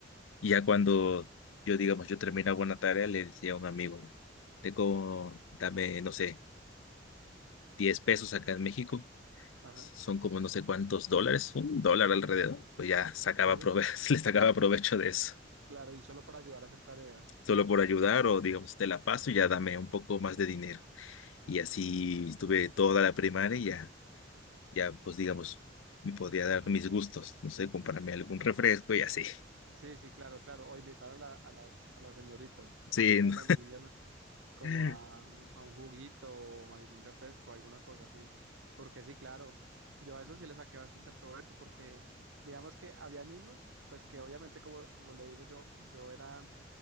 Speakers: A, on the left; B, on the right.
A: Y ya cuando yo, digamos, yo terminaba una tarea, le decía a un amigo, te como, dame, no sé, 10 pesos acá en México,
B: ajá,
A: son como no sé cuántos dólares, un dólar alrededor, pues ya sacaba
B: sí,
A: prove <laughs> le sacaba provecho de eso,
B: claro, y solo para ayudar a hacer tareas.
A: solo por ayudar o digamos, te la paso y ya dame un poco más de dinero. Y así estuve toda la primaria ya pues digamos, me podía dar mis gustos, no sé, comprarme algún refresco y así.
B: Sí, sí, claro, claro. O invitar a la- a las, a las señoritas,
A: Sí,
B: invitar
A: no.
B: a las niñas como
A: <laughs>
B: a, un a un juguito o algún refresco, alguna cosa así. Porque sí, claro, yo a eso sí le saqué bastante provecho porque digamos que habían unos, pues que obviamente como, como le digo yo, yo era